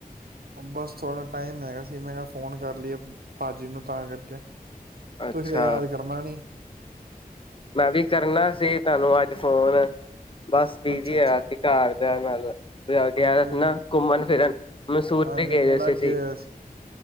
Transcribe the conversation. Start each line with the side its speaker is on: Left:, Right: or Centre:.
Right: ਬਸ ਥੋੜ੍ਹਾ ਟਾਈਮ ਹੈਗਾ ਸੀ ਮੈਂ ਕਿਹਾ ਫੋਨ ਕਰ ਲਈਏ ਭਾਜੀ ਨੂੰ ਤਾਂ ਕਰਕੇ
Left: ਅੱਛਾ
Right: ਤੁਸੀਂ ਤੇ ਯਾਦ ਕਰਨਾ ਨ <inaudible>
Left: ਮੈਂ ਵੀ ਕਰਨਾ ਸੀ ਤੁਹਾਨੂੰ ਅੱਜ ਫੋਨ ਬਸ ਬੀਜ਼ੀ
Right: ਅੱਛਾ ਅੱਛਾ
Left: ਆਇਆ ਸੀ ਘਰ ਤੇਨ ਗਿਆ
Right: ਉਹ
Left: ਸੀ
Right: ਹਾਂਜੀ
Left: ਨਾ ਘੁੰਮਣ ਫਿਰਨ ਮਸੂਰ
Right: ਹਾਂਜੀ
Left: ਤੇ ਗਏ ਰ
Right: ਲੱਗ
Left: ਸੀ
Right: ਹੀ ਰਿਹਾ